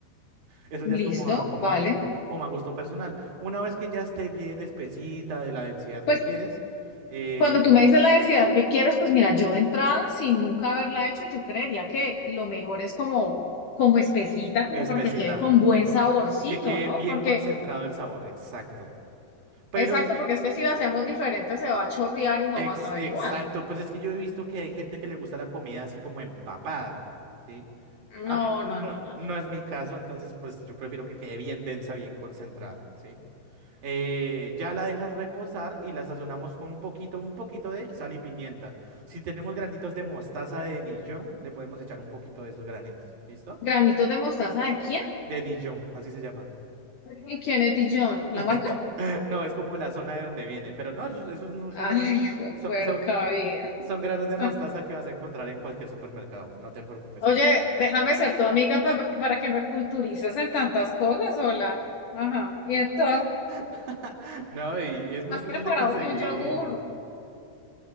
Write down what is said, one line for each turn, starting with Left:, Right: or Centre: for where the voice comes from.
Right: Eso
Left: listo,
Right: ya es como a, como
Left: vale.
Right: a gusto, como a gusto personal. Una vez que ya esté bien espesita de la densidad que
Left: Pues
Right: quieres, eh,
Left: cuando tú me dices la densidad que quieres, pues mira, yo de entrada, sin nunca haberla hecho, yo creería que lo mejor es como, como espesita, como
Right: espesita,
Left: para que quede con
Right: ujú,
Left: buen saborcito,
Right: que quede
Left: ¿no?
Right: bien
Left: Porque,
Right: concentrado el sabor, exacto. Pero
Left: exacto,
Right: es, eh,
Left: porque es que si la hacemos
Right: eh,
Left: diferente se va a chorrear y no
Right: ex-
Left: vas a ver
Right: exacto,
Left: igual.
Right: pues es que yo he visto que hay gente que le gusta la comida así como empapada, ¿sí? A-
Left: No,
Right: no,
Left: no, no, no,
Right: no
Left: no.
Right: es mi caso, entonces pues yo prefiero que quede bien densa, bien concentrada, ¿sí? Eh, ya la dejas reposar y la sazonamos con un poquito, un poquito de sal y pimienta. Si tenemos granitos de mostaza de Dijon, le podemos echar un poquito de esos granitos. ¿Listo?
Left: Granitos de mostaza de quién?
Right: De Dijon, así se llama.
Left: ¿Y quién es Dijon? ¿La
Right: <laughs>
Left: marca?
Right: No, es como la zona de donde viene, pero no, esos, esos no son
Left: Ay,
Right: granos,
Left: fue
Right: son,
Left: puerca
Right: son,
Left: vida.
Right: son granos de mostaza
Left: <laughs>
Right: que vas a encontrar en cualquier supermercado, no te preocupes.
Left: Oye, déjame ser tu amiga pa- para que me culturices en tantas cosas, hola. Ajá. Y entonces,
Right: <laughs> No, y es muy
Left: ¿has
Right: fácil
Left: preparado
Right: de conseguir.
Left: que un yogur?